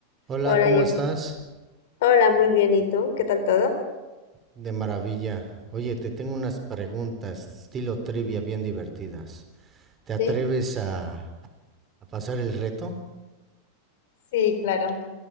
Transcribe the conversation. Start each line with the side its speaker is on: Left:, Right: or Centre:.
Right: Hola,
Left: Hola,
Right: ¿cómo
Left: Gerson.
Right: estás?
Left: Hola, muy bien. ¿Y tú? ¿Qué tal todo?
Right: De maravilla. Oye, te tengo unas preguntas, estilo trivia, bien divertidas. ¿Te atreves
Left: Sí,
Right: a, a pasar el reto?
Left: sí, claro,